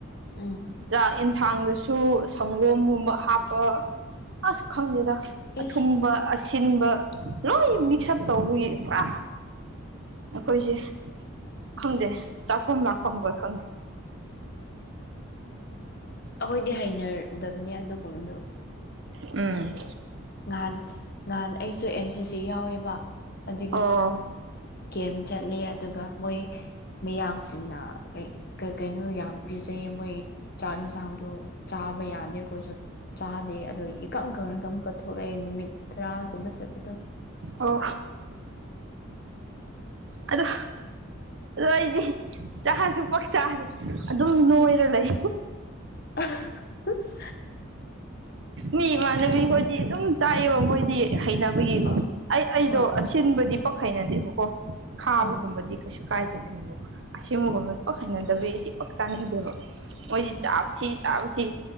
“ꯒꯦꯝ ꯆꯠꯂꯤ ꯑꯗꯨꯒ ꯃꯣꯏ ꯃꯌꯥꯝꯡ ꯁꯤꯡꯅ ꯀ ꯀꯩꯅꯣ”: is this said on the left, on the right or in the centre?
Left